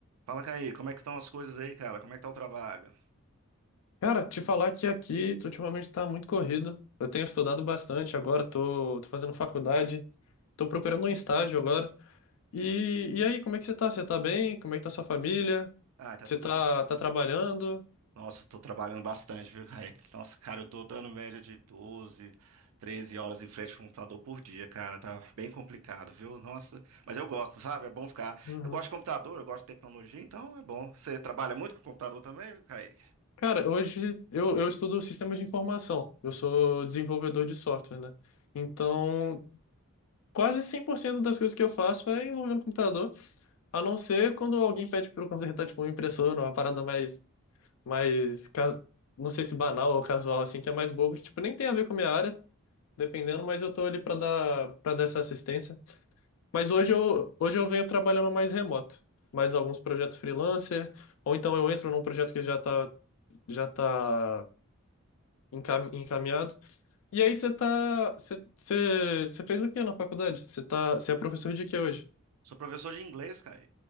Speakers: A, on the right; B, on the left.
A: Fala, Caí, como é que estão as coisas aí, cara? Como é que tá o trabalho?
B: Cara, te falar que aqui tu ultimamente tá muito corrido. Eu tenho estudado bastante agora, tô, tô fazendo faculdade, tô procurando um estágio agora. E, e aí, como é que você tá? Você tá bem? Como é que tá sua família?
A: Ah, tá
B: Você
A: tudo.
B: tá,
A: b-
B: tá trabalhando?
A: Nossa, eu tô trabalhando bastante, viu, Caí? Nossa, cara, eu tô dando média de doze, treze horas em frente ao computador por dia, cara. Tá bem complicado, viu? Nossa, mas eu gosto, sabe? É bom ficar.
B: Uhum.
A: Eu gosto de computador, eu gosto de tecnologia, então é bom. Você trabalha muito com computador também, Caí?
B: Cara, hoje eu, eu estudo sistemas de informação. Eu sou desenvolvedor de software, né? Então, quase 100% das coisas que eu faço é envolvendo computador, a não ser quando alguém pede para eu consertar, tipo, uma impressora, uma parada mais mais, ca- não sei se banal ou casual, assim, que é mais bobo, que, tipo, nem tem a ver com a minha área, dependendo, mas eu tô ali pra dar, para dar essa assistência. Mas hoje eu, hoje eu venho trabalhando mais remoto, mais alguns projetos freelancer, ou então eu entro num projeto que já tá, já tá encam- encaminhado. E aí você tá, você, você, você fez o que na faculdade? Você tá, você é professor de quê hoje?
A: Sou professor de inglês, cara.